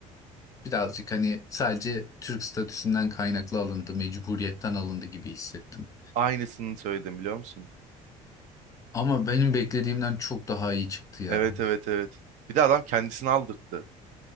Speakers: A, on the left; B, on the right.
A: birazcık hani sadece Türk statüsünden kaynaklı alındı, mecburiyetten alındı gibi hissettim.
B: Aynısını söyledim biliyor musun?
A: Ama benim beklediğimden çok daha iyi çıktı ya.
B: Evet evet evet. Bir de adam kendisini aldırttı.